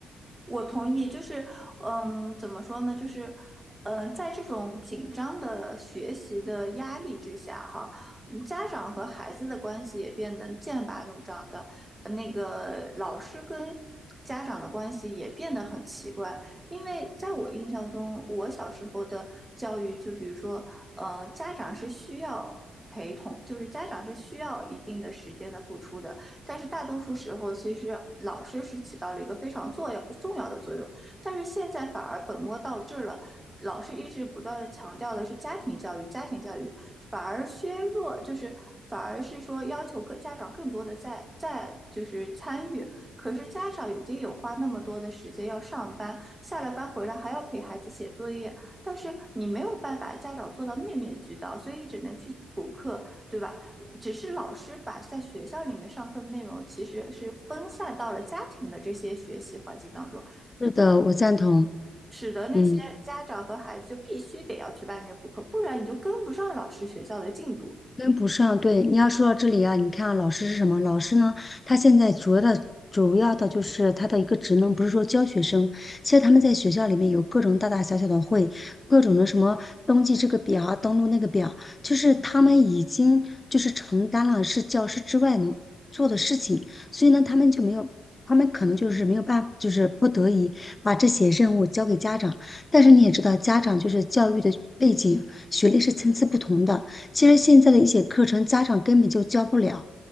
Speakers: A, on the right; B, on the left.
A: 我同意，就是，嗯，怎么说呢？就是，嗯，在这种紧张的学习的压力之下，哈，嗯家长和孩子的关系也变得剑拔弩张的，呃那个老师跟家长的关系也变得很奇怪。因为在我印象中，我小时候的教育，就比如说，呃，家长是需要陪同，就是家长是需要一定的时间的付出的，但是大多数时候，其实老师是起到了一个非常作用重要的作用，但是现在反而本末倒置了。老师一直不断的强调的是家庭教育，家庭教育反而削弱，就是反而是说要求各家长更多的在在就是参与。可是家长已经有花那么多的时间要上班，下了班回来还要陪孩子写作业，但是你没有办法，家长做到面面俱到，所以只能去补课，对吧？只是老师把在学校里面上课的内容，其实是分散到了家庭的这些学习环境当中，
B: 是的，我赞同。
A: 使得那些家长和孩子就必须得要去外面补课，
B: 嗯，
A: 不然你就跟不上老师学校的进度。
B: 跟不上，对，你要说到这里啊，你看啊，老师是什么？老师呢，他现在主要的主要的就是他的一个职能，不是说教学生。其实他们在学校里面有各种大大小小的会，各种的什么登记这个表啊，登录那个表，就是他们已经就是承担了是教师之外能做的事情，所以呢，他们就没有。他们可能就是没有办法，就是不得已把这些任务交给家长，但是你也知道，家长就是教育的背景、学历是参差不同的，其实现在的一些课程，家长根本就教不了，